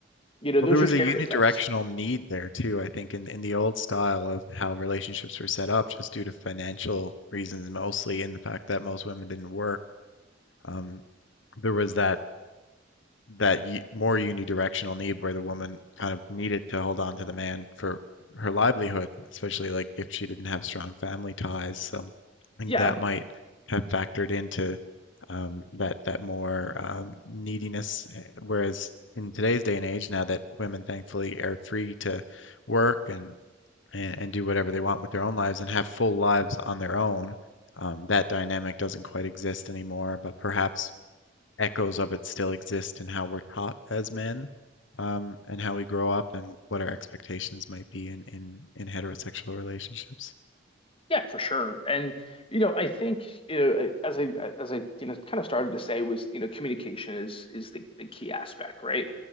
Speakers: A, on the left (about 30°); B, on the left (about 70°).
A: you know,
B: Well,
A: those
B: there was
A: are stereotypes.
B: a unidirectional need there too, I think, in, in the old style of how relationships were set up, just due to financial reasons mostly, and the fact that most women didn't work. Um, there was that that y more unidirectional need where the woman kind of needed to hold on to the man for her livelihood, especially like if she didn't have strong family ties. So I think
A: Yeah,
B: that might have factored into um, that that more um, neediness. eh, Whereas in today's day and age, now that women thankfully are free to work and and, and do whatever they want with their own lives and have full lives on their own, um, that dynamic doesn't quite exist anymore. But perhaps echoes of it still exist in how we're taught as men, um, and how we grow up and what our expectations might be in in, in heterosexual relationships.
A: Yeah, for sure. And you know, I think you know, as I as I you know kind of started to say was you know communication is is the, the key aspect, right?